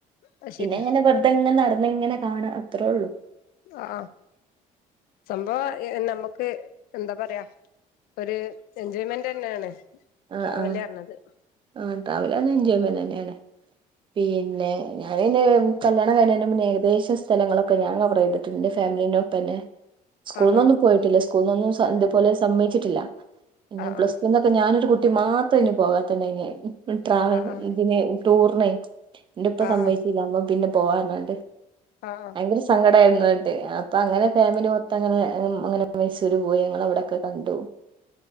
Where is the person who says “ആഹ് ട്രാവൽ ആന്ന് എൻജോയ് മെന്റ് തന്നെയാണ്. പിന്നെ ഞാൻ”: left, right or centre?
Right